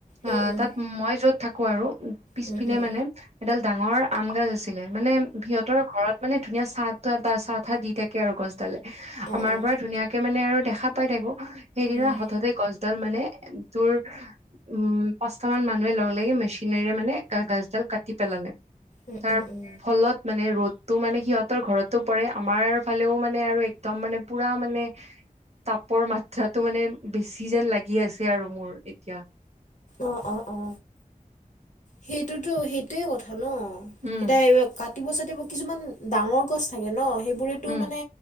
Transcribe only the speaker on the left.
উম
উম
উম উম উম
অঁ
অঁ
উম
উম
উম উম
অ অ অ সেইটোতো সেইটোয়ে কথা ন
এতিয়া এ কাটিব চাটিব কিছুমান ডাঙৰ গছ থাকে ন সেইবোৰেতো
মানে